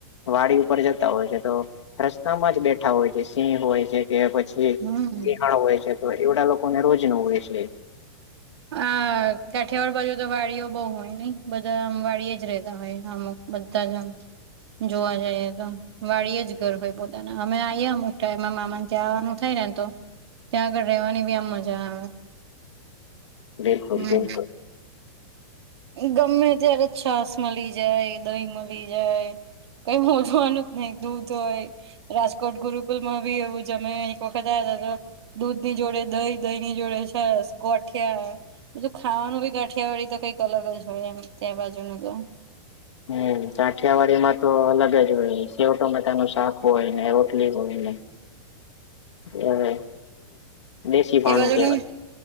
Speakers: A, on the left; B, on the right.
A: વાડી ઉપર જતા હોય છે, તો રસ્તામાં જ બેઠા હોય છે સિંહ હોય છે. કે પછી
B: હમ
A: સિહાણ હોય છે તો એવડા લોકોને રોજ ન હોય છે.
B: આ કાઠિયાવાડ બાજુ તો વાડીઓ બહુ હોય ને બધામ વાડીય જ રેતા હોય અમુક. બધા જમ. જોવા જઈએ તો વાળ જ ઘર હોય પોતાના અમે આએ અમુક ટાઈમાં મામા તંવાનું થાય ને તો ત્યાં આગળ રેવાની બી આમ મજા આવે.
A: બિલકુલ
B: હમ
A: બિલકુલ.
B: ગમે ત્યારે છાસ મળી જાય દહી મળી જાય. કઈ મોજવાનું જ નહિ દૂધ હોય. રાજકોટ ગુરુકુલ માં બી એવું જમે એક વખત આ હતો. દૂધ ની જોડે દહી દહીં ની જોડે સરસ ગોઠિયા. બીધું ખાવાનું ક કાઠિયાવાડી તો કઈક અલગ જ હોય એમ ત્યાં બાજુનું તો.
A: હમ સાઠિયાવા એમાં તો અલગ જ હોય સેવ ટમેટા નું શાક હોય ને રોટલી હોય ને. હ દેશી પાણું
B: એ બાજુનું
A: કેવાય.